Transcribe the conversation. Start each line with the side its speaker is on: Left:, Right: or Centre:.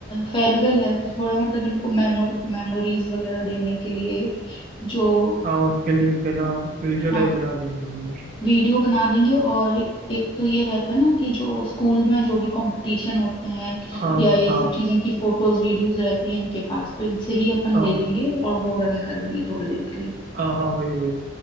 Left: फेयरवेल है तो थोड़ा मतलब इनको मेमोर मेमोरीज वगैरह देने के लिए जो
Right: हाँ उसके लिए कहना वीडियो
Left: हाँ
Right: टाइप बना देंगे हम लोग
Left: वीडियो बना देंगे और एक तो ये रहता है ना कि जो स्कूल में जो भी कंपटीशन होते हैं
Right: हाँ
Left: या ये
Right: हाँ
Left: सब चीजों की फोटोज वीडियोस रहती है इनके पास तो इनसे ही अपन
Right: हाँ
Left: ले लेंगे और वो रन कर देंगे थोड़ी देर के लिए
Right: हाँ हाँ वही वही